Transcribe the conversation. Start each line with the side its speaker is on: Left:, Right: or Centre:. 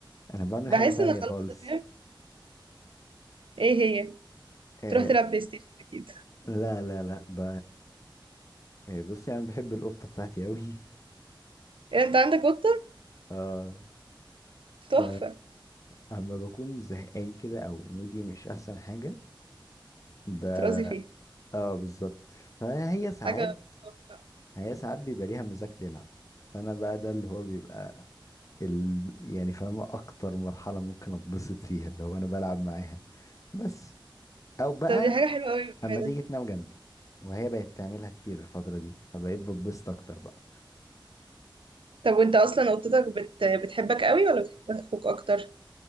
Left: انا بعمل
Right: بحس
Left: حاجة تانية
Right: ان خلاص
Left: خالص
Right: أنا فاهم ايه هي
Left: آه
Right: تروح تلعب بلاي ستيشن اكيد
Left: لا لا لا ب... آه، بصي انا بحب القطة بتاعتي قوي
Right: إيه انت عندك قطة
Left: اه
Right: تحفة
Left: ف اما بكون زهقان كده او مودي مش احسن حاجة ب...
Right: ترازي فيها
Left: اه بالظبط فهي ساعات
Right: حاجة تحفة.
Left: هي ساعات بيبقى ليها مزاج تلعب فانا بقى ده اللي هو بيبقى ال... يعني فاهم اكتر مرحلة ممكن اتبسط فيها اللي هو انا بلعب معاها بس او بقى
Right: طب دي حاجة حلوة قوي بأمانة
Left: اما تيجي تنام جنبي وهي بقت تعملها كتير الفترة دي فبقيت بتبسط اكتر بقى
Right: طب وانت اصلا قطتك بت... بتحبك قوي ولا بتحب اخوك اكتر